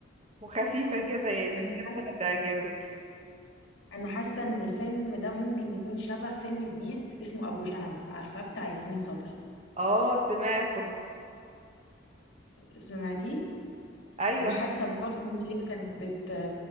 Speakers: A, on the right; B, on the left.
A: وخفيفة كده يعني
B: انا
A: بجد
B: حاسه
A: هتعجبك
B: انا حاسه ان الفيلم ده ممكن يكون شبه فيلم جديد اسمه ابو شنب عارفاه بتاع ياسمين صبري
A: اه سمعته
B: سمعتيه
A: ايوه
B: انا حاسه
A: سمعت
B: برضه ان هي كانت بت